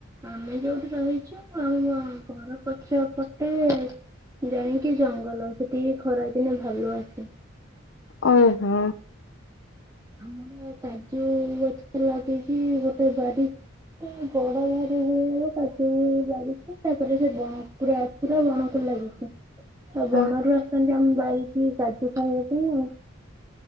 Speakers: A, on the right; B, on the left.
A: ଆମେ ଯୋଉଠି ରହିଛୁ ଆମ ଘର ପଛ ପଟେ। ଜାଣିକି ଜଙ୍ଗଲ ସେଠିକି ଖରା ଦିନେ ଭଲ ଆସେ
B: ଓ ହୋ।
A: ଆମର କାଜୁ ଗଛ ଲାଗିଛି ଗୋଟେ ବାର ବଡ ଘାର କାଟି ଲାଗୁଛି ତାପରେ ସେ ବଣକୁା ପୁରା ବଣକୁ ଲାଗିଛି। ତ
B: ହୁଁ
A: ବଣରୁ ଆସନ୍ତି ଆମ ବାାରିକି କାଦୁ ଖାଇବା ପାଇଁ ଆଉ